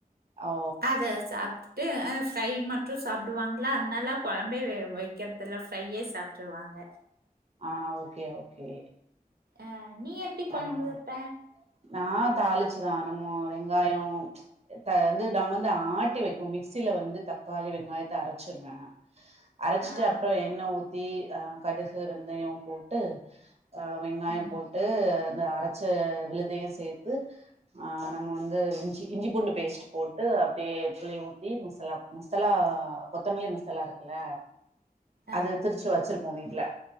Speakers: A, on the right; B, on the right.
A: ஓ
B: அத சாப்பிட்டு ட்டு அ ஃப்ரை மட்டு சாப்பிடுவாங்களா அதனால் கொழம்பே வெ வெக்கிறது இல்ல ஃப்ரையே சாப்பிட்டுருவாங்க
A: ஆ ஓகே ஓகே
B: ஆ நீ எப்டி கொழம்பு
A: ஆ
B: வெப்ப
A: நா தாளிச்சுதான் நம்ம வெங்காயம் தா வந்து நாங்க வந்து ஆட்டி வெப்போ மிக்சியில வந்து தக்காளி வெங்காயத்தை அரைச்சிருவே அரைச்சிட்டு
B: ஆ
A: அப்புறம் எண்ணெய் ஊத்தி ஆ கடுகு வெந்தயம் போட்டு அ வெங்காயம்
B: ஆ
A: போட்டு அந்த அரைச்ச விழுதையு சேத்து ஆ நம்ம வந்து இஞ்சி இஞ்சி பூண்டு பேஸ்ட் போட்டு அப்டியே புளி ஊத்தி மசாலா மசலா கொத்தமல்லி மசாலா இருக்குல்ல
B: ஆ
A: அது திருச்சு வச்சிருப்போ வீட்ல